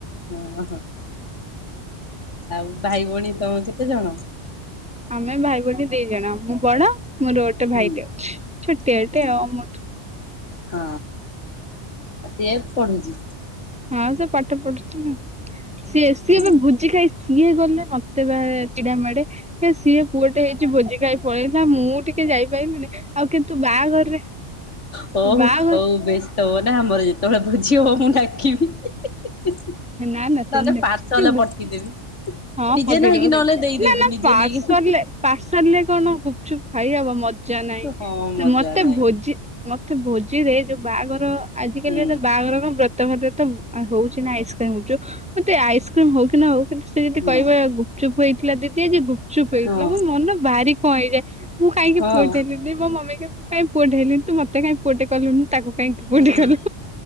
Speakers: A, on the left; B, in the centre.
A: ହଁ - ହଁ, ଆଉ ଭାଇ ଭଉଣୀ ତମେ କେତେ ଜଣ?
B: ଆମେ ଭାଇ ଭଉଣୀ ଦି ଜଣ। ମୁଁ ବଡ ମୋର ଗୋଟେ ଭାଇଟେ
A: ହୁଁ
B: ଅଛି ଛୋଟିଆଟେ
A: ହୁଁ
B: ଆଉ ମୋ
A: ହଁ ଆଉ ସିଏ ପଢୁଛି।
B: ହଁ ସେ ପାଠ ପଢୁଛି ସିଏ ସିଏ
A: ହୁଁ
B: ଏବେ ଭୋଜି ଖାଇ ସିଏ ଗଲେ ମତେ ବା ଚିଡା ମାଡେ। ହେ ସିଏ ପୁଅଟେ ହେଇଛି ଭୋଜି ଖାଇ ପଳେଇ ନା ମୁଁ ଟିକେ ଯାଇବି ପାଇିଲୁଣି ଆଉ କିନ୍ତୁ ବାହାଘରରେ
A: ହଉ
B: ବାହାଘର
A: ହଉ ବେଶ ତବ ା ମର ଯେତବେ ବୁଝିବ ମୁଁ ନା ନହେଲେ
B: ନା ନା ସେମିତି
A: ପାର୍ସଲ
B: ନାଇଁ ଯୋଉ
A: ପଠେଇଦେବି
B: ହଁ
A: ନିଜେ
B: ପଧର
A: ନାହିଁକି
B: ବଧ
A: ନହେଲେ ଦେଇଦେବି
B: ନା ନା
A: ନିଜେ
B: ପାର୍ସଲରେ
A: ନେଇକି
B: ପାର୍ସଲ ରେ କଣ ଛୁ ଖାଇବାବ ମଜା ନାହିଁ
A: ହଁ
B: ସେ
A: ମଜା
B: ମତେ
A: ନାଇଁ
B: ଭୋଜି ମତେ ଭୋଜି ରେ ଯୋଉ ବାହାଘର ଆଜ
A: ହୁଁ
B: କାଲି ତ ବାହାଘର କଣ ବ୍ରତ ଘରରେ ତ ଆଉ ହଉଛି ନା ଆଇସ୍କ୍ରିମ ହଉଛି ମତେ ଆଇସ୍କ୍ରିମ ହଉ କି ନା ହଉ କି କହିବା
A: ହୁଁ।
B: ଗୁପଚୁପ ଇଥିଲା ଦିଦିଆ ଯୋଗୁ ସୁୁପ ହେଇଥିଲା
A: ହଁ
B: ମ ମନ ଭାରି ହଁଇ ଯୋ ମୁଁ ଖାଇକେ
A: ହଁ
B: ପୁଅଟଲି ଦ ମୋ ମାମେକେ କାଇଁ ପୁଅଟ ହେଲିି ତତ କାଇଁ ପୁଅଟେ କଲୁ ତାକୁ କାଇଁ କିପଟ
A: ହୁଁ
B: କଲୁ